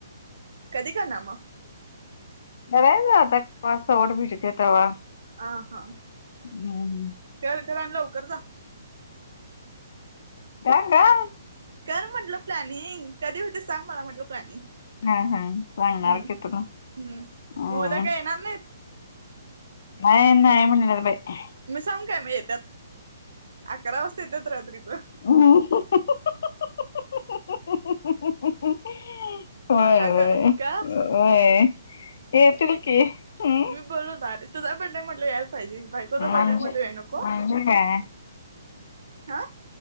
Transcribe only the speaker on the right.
कधी करणार मग
आ हा
कर कर आणि लवकर जा,
कर म्हटलं प्लॅनिंग कधी होते, सांग मला म्हटलं प्लॅनिंग,
हम्म
हम्म
मग उद्या काही येणार नाहीत,
मी सांगु काय मी येतात अकरा वाजता येतात रात्रीच,
का
ग का
बोललो होतो आधीच तुझा बर्डे म्हटलं यायला पाहिजे बायकोच
बर्थडे म्हटलं याय नको,
हा,